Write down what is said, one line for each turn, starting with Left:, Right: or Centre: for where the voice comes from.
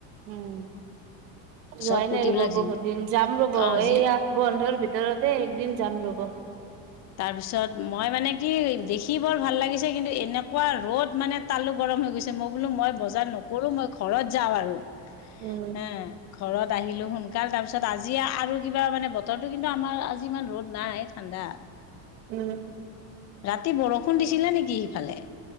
Right: উম
Left: চৰ্ট
Right: যোৱাই
Left: কুৰ্তিবিলাক
Right: নাই ৰব বহুত
Left: যি
Right: দিন যাম ৰ'ব
Left: অ
Right: এইয়া
Left: যি
Right: বন্ধৰ ভিতৰতে একদিন যাম ৰব
Left: তাৰ পিছত মই মানে কি দেখি বৰ ভাল লাগিছে কিন্তু এনেকোৱা ৰ'দ মানে তালো গৰম হৈ গৈছে মই বোলো মই বজাৰ নকৰো মই ঘৰত যাওঁ আৰু
Right: উম,
Left: হে ঘৰত আহিলো সোনকাল তাৰ পিছত আজি আৰু কিবা মানে বতৰো কিন্তু আমাৰ আজি ইমান ৰ'দ নাই ঠাণ্ডা
Right: উম
Left: ৰাতি বৰষুণ দিছিলে নেকি সিফালে